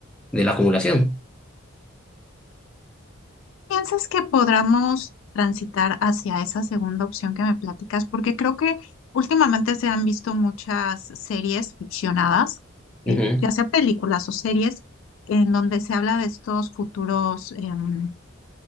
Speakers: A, in the centre; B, on the left (about 65°).
A: de la acumulación.
B: ¿Piensas que podamos transitar hacia esa segunda opción que me platicas? Porque creo que últimamente se han visto muchas series ficcionadas, eh,
A: Ujú,
B: ya sea películas o series, en donde se habla de estos futuros, em,